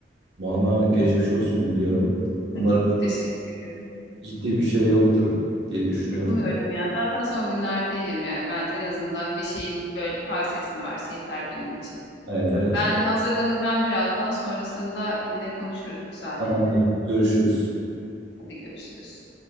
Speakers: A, on the right; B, on the left.
A: Valla geçmiş olsun diyorum.
B: <laughs>
A: Umarım çok
B: Teşekkür ediyorum.
A: ciddi bir şey yoktur diye düşünüyorum.
B: Umuyorum ya. Zaten son günlerde iyiyim yani. Bence en azından bir şeyin böyle tavsiyesini verse yeter benim için.
A: Evet evet.
B: Ben hazırlanacağım birazdan. Sonrasında yine konuşuruz müsaadenle.
A: Tamamdır. Görüşürüz.
B: Hadi görüşürüz.